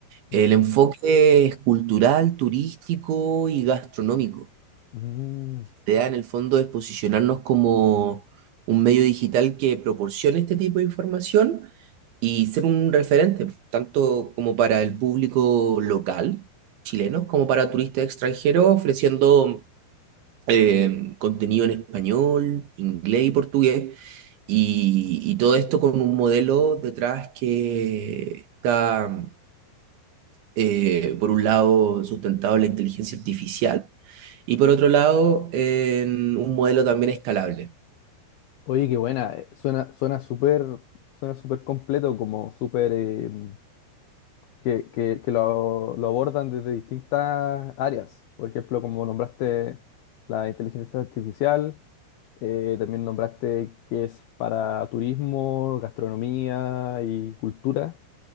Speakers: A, on the left; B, on the right.
A: Bueno,
B: El enfoque es cultural, turístico y gastronómico
A: Mm.
B: idea en el fondo es posicionarnos como un medio digital que proporcione este tipo de información y ser un referente, tanto como para el público local chileno, como para turistas extranjeros, ofreciendo eh, contenido en español, inglés y portugués, y, y todo esto con un modelo detrás que está, eh, por un lado, sustentado en la inteligencia artificial y por otro lado, en un modelo también escalable.
A: Oye, qué buena. eh, Suena, suena súper, suena súper completo, como súper eh, mm, que, que- que lo, lo abordan desde distintas áreas. Por ejemplo, como nombraste la inteligencia artificial, eh, también nombraste que es para turismo, gastronomía y cultura.